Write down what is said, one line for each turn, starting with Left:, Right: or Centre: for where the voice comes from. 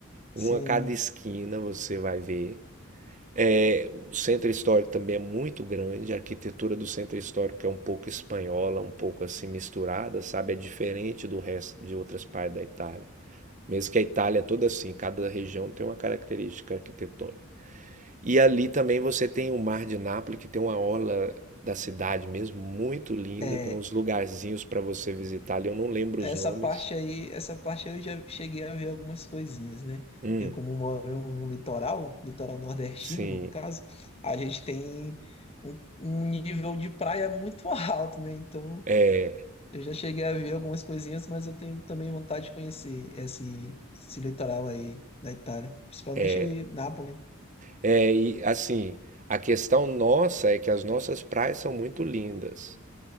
Left: Sim.
Right: Uma a cada esquina você vai ver. É, o centro histórico também é muito grande, a arquitetura do centro histórico é um pouco espanhola, um pouco assim misturada, sabe? É diferente do resto de outras partes da Itália. Mesmo que a Itália é toda assim, cada região tem uma característica arquitetônica. E ali também você tem o Mar de Nápoles, que tem uma orla da cidade mesmo muito linda,
Left: É,
Right: tem uns lugarzinhos para você visitar ali, eu não lembro
Left: essa
Right: os nomes.
Left: parte aí, essa parte aí eu já cheguei a ver algumas coisinhas, né?
Right: Hum,
Left: Eu, como moro no litoral, litoral nordestino,
Right: sim.
Left: no caso, a gente tem um, um nível de praia muito <laughs> alto, né? Então,
Right: É,
Left: eu já cheguei a ver algumas coisinhas, mas eu tenho também vontade de conhecer esse, esse litoral aí da Itália, principalmente
Right: é,
Left: Nápoles.
Right: É, e assim, a questão nossa é que as nossas praias são muito lindas.